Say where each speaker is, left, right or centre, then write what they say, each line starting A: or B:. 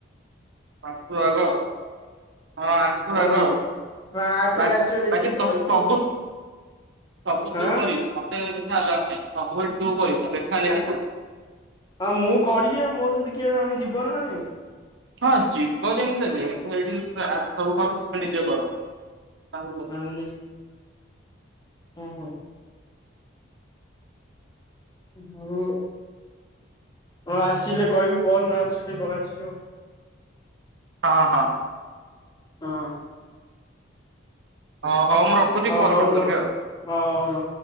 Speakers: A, on the right; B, on the left.
A: ଆସୁ ଆଗ। ହଁ ଆସୁ
B: ହଉ
A: ଆଗ
B: ଦେ
A: ଆଉ
B: ହଁ ଆଠରେ
A: ବା
B: ଆସିବ ଦେଖିକି
A: ବାକି ତ
B: କହିବୁ
A: ସବୁ
B: ଆଉ
A: ସବୁ
B: ହଁ
A: ତୁ କରିବୁ ମତେ କିଛି ଆଲାଉ ନାହିଁ ସବୁବେଳେ ତୁ କରିବୁ ଲେଖା ଲେଖି
B: ହଁ ମୁଁ କରିବି ମୋ ସହିତ କିଏ ଜଣି ଯିବ ନାଇଁ।
A: ହଁ ଯିବ ଯେମିତି ହେଲେ ସେଇଠି ସବୁ କଣ ନିଜେ କର। ତାଉ
B: ନାଇଁ ହଁ ହଁ। ହ କଣ ଆସିଲେ କହିବୁ କନ ନା ଆସିଲେ କଣ ଆସିବ।
A: ହଁ ହଁ।
B: ହଁ।
A: ହଁ ହଁ ମୁଁ ରଖୁଛି ପରେ
B: ହଉ
A: କଲ୍
B: ରହ
A: କରିବି ଆଉ।
B: ହଁ ହଉ ର।